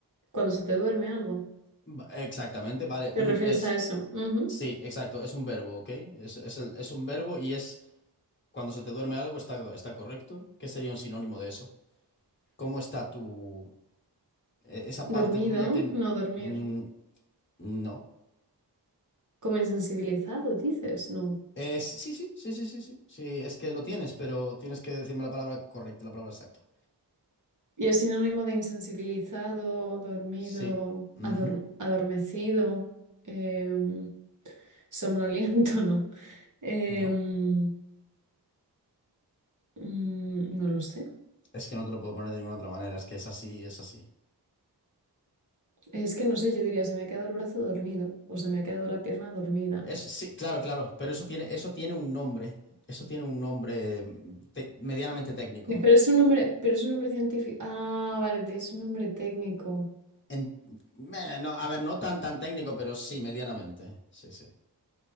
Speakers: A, on the right; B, on the left.
A: Cuando se te duerme algo.
B: Va- Exactamente, vale. Un,
A: ¿Te refieres
B: es,
A: a eso? Ujú.
B: sí, exacto, es un verbo, ¿ok? Es, es, el- es un verbo y es cuando se te duerme algo, está, está correcto. ¿Qué sería un sinónimo de eso? ¿Cómo está tu, e- esa parte
A: Dormido,
B: tuya que... n-
A: no dormir.
B: mm, no.
A: Como insensibilizado, dices, no.
B: Es, sí, sí, sí, sí, sí, sí. Sí, es que lo tienes, pero tienes que decirme la palabra correcta, la palabra exacta.
A: Y es sinónimo de insensibilizado, dormido,
B: Sí. Ujú.
A: ador- adormecido, em, somnoliento, <laughs> no. Em,
B: No,
A: mm, no lo sé.
B: es que no te lo puedo poner de ninguna otra manera, es que es así, es así.
A: Es que no sé, yo diría, se me ha quedado el brazo dormido o se me ha quedado la pierna dormida.
B: Es- sí, claro, claro, pero eso tiene, eso tiene un nombre. Eso tiene un nombre mm, te- medianamente técnico.
A: Sí, Pero es un nombre, pero es un nombre científico. Ah, vale, te- es un nombre técnico.
B: En- me- no, a ver, no tan tan técnico, pero sí, medianamente. Sí, sí.